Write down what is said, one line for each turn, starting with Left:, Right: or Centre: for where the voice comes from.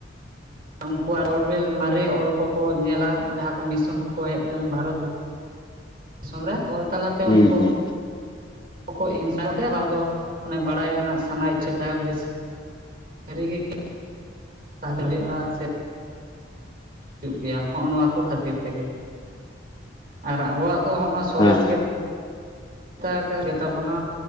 Right: ᱩᱱᱠᱩᱣᱟᱜ ᱚᱞᱵᱮᱞ, ᱢᱟᱨᱮ ᱚᱞ ᱠᱚᱠᱚ, ᱧᱮᱞᱟ ᱾ ᱡᱟᱦᱟᱸ ᱠᱚ, ᱢᱤᱥᱚᱱ ᱠᱚᱠᱚ, ᱦᱮᱡ ᱞᱮᱱ ᱵᱷᱟᱨᱚᱛ ᱫᱤᱥᱚ ᱫᱤᱥᱚᱢ ᱨᱮ, ᱚᱞ ᱛᱟᱞᱟᱛᱮ,
Left: ᱦᱮᱸ
Right: ᱩᱱᱠᱩ
Left: ᱦᱮᱸ
Right: ᱠᱚ ᱠᱚ, ᱤᱱᱥᱟᱴ ᱮᱫ ᱠᱚᱣᱟ ᱾ ᱟᱫᱚ, ᱵᱟᱲᱟᱭ ᱨᱮᱱᱟᱜ ᱥᱟᱱᱟ ᱤᱪᱪᱷᱟᱹ, <unintelligible> ᱥᱟᱹᱨᱤ ᱜᱮ ᱠᱤ ᱾ ᱛᱟᱦᱚᱞᱮ, ᱦᱩᱭᱩᱜᱼᱟ ᱥᱮ ᱾ ᱦᱩᱭᱩᱜ ᱜᱮᱭᱟ ᱾ ᱦᱚᱸᱜᱼᱚ ᱱᱚᱣᱟ ᱠᱚ ᱠᱷᱟᱹᱛᱤᱨ ᱛᱮᱜᱮ, ᱟᱨ ᱟᱵᱚᱣᱟᱜ ᱫᱚ, ᱦᱚᱸᱟᱜ ᱥᱚᱨᱮᱥ
Left: ᱦᱮᱸ
Right: ᱜᱮ ᱜᱮᱛᱟ ᱜᱮ ᱛᱟᱵᱚᱱᱟ,